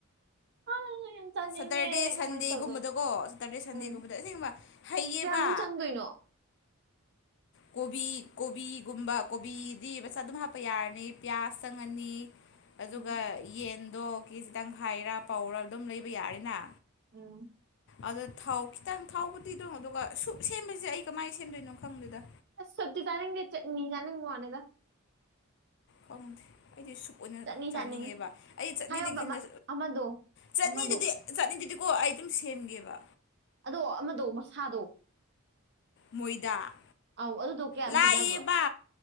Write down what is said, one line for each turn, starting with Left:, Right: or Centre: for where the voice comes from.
Right: ꯑ ꯌꯥꯝ <unintelligible> ꯆꯪꯅꯤꯡꯉꯦ
Left: ꯁꯇꯔꯗꯦ ꯁꯟꯗꯦꯒꯨꯝꯕꯗꯀꯣ
Right: ꯀꯃꯥꯏꯅ ꯇꯧꯗꯣꯏꯅꯣ
Left: ꯁꯇꯔꯗꯦ ꯁꯟꯗꯦꯒꯨꯝꯕꯗ
Right: ꯎꯝ
Left: ꯑꯁꯦꯡꯕ ꯍꯩꯌꯦꯕ
Right: ꯀꯌꯥꯃꯨꯛ ꯆꯪꯗꯣꯏꯅꯣ
Left: ꯀꯣꯕꯤ ꯀꯣꯕꯤꯒꯨꯝꯕ ꯀꯣꯕꯤꯗꯤ ꯃꯆꯥ ꯑꯗꯨꯝ ꯍꯥꯞꯄ ꯌꯥꯔꯅꯤ ꯄꯤꯌꯥꯁ ꯆꯪꯉꯅꯤ ꯑꯗꯨꯒ
Right: ꯎꯝ
Left: ꯌꯦꯟꯗꯣ ꯀꯦꯖꯤ ꯇꯪꯈꯥꯢꯔ ꯄꯥꯎꯋꯥꯔ ꯑꯗꯨꯝ ꯂꯩꯕ ꯌꯥꯔꯤꯅ
Right: ꯎꯝ
Left: ꯑꯗ ꯊꯥꯎ ꯈꯤꯇꯪ ꯊꯥꯎꯕꯨꯗꯤ ꯑꯗꯨꯝ ꯑꯗꯨꯒ ꯁꯨꯞ ꯁꯦꯝꯕꯁꯦ ꯑꯩ ꯀꯃꯥꯏꯅ ꯁꯦꯝꯗꯣꯏꯅꯣ ꯈꯪꯗꯦꯗ
Right: ꯑꯁ ꯁꯨꯛꯇꯤ ꯆꯥꯅꯤꯡꯖꯦ ꯆꯥꯛꯅꯤ ꯆꯤꯅꯤꯡꯕꯩ ꯋꯥꯅꯤꯗ
Left: ꯈꯪꯗꯦ ꯑꯩꯗꯤ ꯁꯨꯛ ꯑꯣꯏꯅ
Right: ꯆꯠꯅꯤ
Left: ꯆꯥꯅꯤꯡꯉꯦꯕ
Right: ꯆꯥꯅꯤꯡꯉꯦ
Left: ꯑꯩ ꯆꯠꯅꯤꯗꯒꯤ
Right: ꯍꯥꯏꯌꯣꯕ ꯑꯃ
Left: ꯍꯦꯟꯅ
Right: ꯑꯃꯗꯣ
Left: ꯆꯠꯅꯤꯗꯨꯗꯤ
Right: ꯑꯃꯗꯣ
Left: ꯆꯠꯅꯤꯗꯨꯗꯤꯀꯣ ꯑꯩ ꯑꯗꯨꯝ ꯁꯦꯝꯒꯦꯕ
Right: ꯑꯗꯣ ꯑꯃꯗꯣ ꯃꯁꯥꯗꯣ
Left: ꯃꯣꯏꯗꯥ
Right: ꯑꯥꯎ ꯑꯗꯨꯗꯣ ꯀꯌꯥꯝ
Left: ꯂꯥꯛꯑꯦꯕꯥ
Right: ꯄꯤꯅꯕ꯭ꯔꯣ